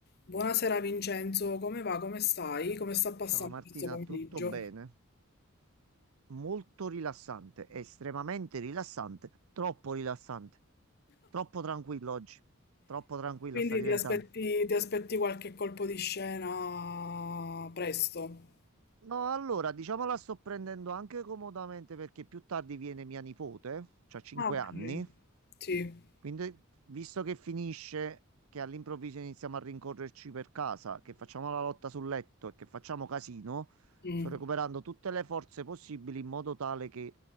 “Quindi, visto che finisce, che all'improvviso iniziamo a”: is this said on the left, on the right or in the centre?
Right